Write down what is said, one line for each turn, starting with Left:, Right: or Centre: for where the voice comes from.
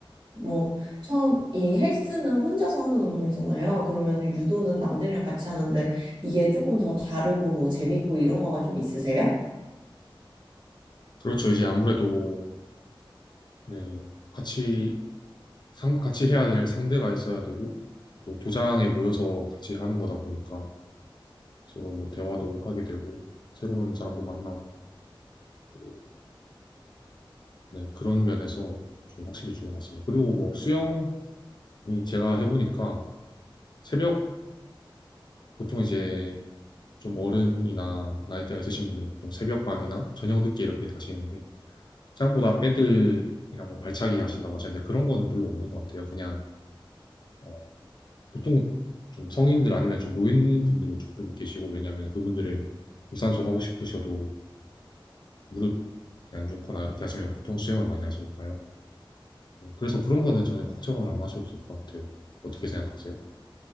Right: 뭐, 처음, 이 헬스는 혼자서 하는 운동이잖아요. 그러면 유도는 남들이랑 같이 하는데, 이게 조금 더 다르고 뭐 재밌고 이런 거가 좀 있으세요?
Left: 그렇죠. 이제 아무래도 네, 같이 상, 같이 해야 될 상대가 있어야 되고, 또 도장에 모여서 같이 하는 거다 보니까 서로 뭐 대화도 하게 되고, 새로운 사람도 만나고, 또, 네, 그런 면에서 좀 확실히 좋은 것 같습니다. 그리고 뭐 수영이 제가 해보니까 새벽, 보통 이제 좀 어른이나 나이대가 있으신 분들은 보통 새벽반이나 저녁 늦게 이렇게 가시는데, 생각보다 애들이랑 뭐 발차기 하신다고 하셨는데 그런 거는 별로 없는 것 같아요. 그냥 어, 보통 좀 성인들 아니면 좀 노인분들도 조금 계시고 왜냐하면 그분들은 유산소 하고 싶으셔도 무릎이 안 좋거나 이렇게 하시면 보통 수영을 많이 하시니까요. 그래서 그런 거는 전혀 걱정을 안 하셔도 될 것 같아요. 어떻게 생각하세요?